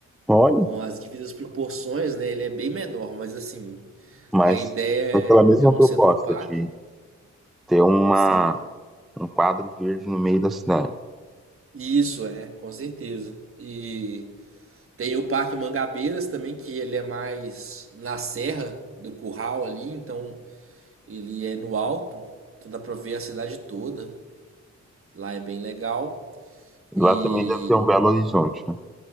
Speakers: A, in the centre; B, on the right (about 45°).
A: Olha,
B: Com as devidas proporções, né? Ele é bem menor, mas assim,
A: mas
B: a ideia
A: com aquela mesma
B: é, é um
A: proposta
B: Central Park.
A: de ter uma,
B: Sim.
A: um quadro verde no meio da cidade.
B: Isso é, com certeza. E tem o Parque Mangabeiras também, que ele é mais na serra do curral ali, então ele é no alto, então dá pra ver a cidade toda. Lá é bem legal. E
A: Lá também deve ter um Belo Horizonte, né?